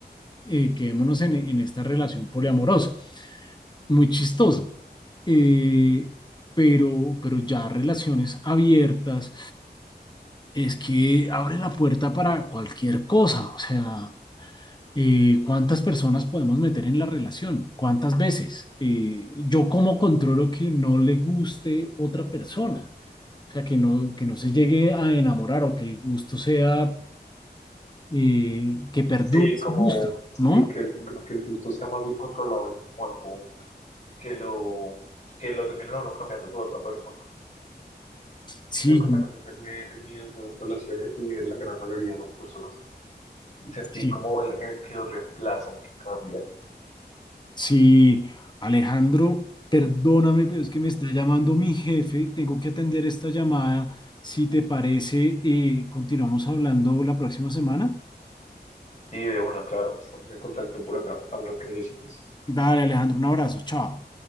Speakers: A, on the left; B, on the left.
A: eh, quedémonos en, en esta relación poliamorosa. Muy chistoso. Eh, pero, pero ya relaciones abiertas es que abre la puerta para cualquier cosa. O sea, eh, ¿cuántas personas podemos meter en la relación? ¿Cuántas veces? Eh, ¿Yo cómo controlo que no le guste otra persona? O sea, que no, que no se llegue a enamorar o que el gusto sea, eh, que perdure
B: Sí,
A: su
B: como,
A: gusto,
B: sí,
A: ¿no?
B: que el, que el gusto sea más bien controlado y no como algo que lo, que lo termine uno cambiando por otra persona.
A: Sí,
B: Creo que también depende el miedo de esas relaciones y de la gran mayoría de las personas. Sentir
A: sí,
B: como el, el que lo reemplazan, que cambia.
A: Sí, Alejandro, perdóname, pero es que me está llamando mi jefe. Tengo que atender esta llamada. Si te parece, eh, continuamos hablando la próxima semana.
B: Sí, de una, claro, estamos en contacto por acá para lo que necesites.
A: Dale, Alejandro, un abrazo. Chao.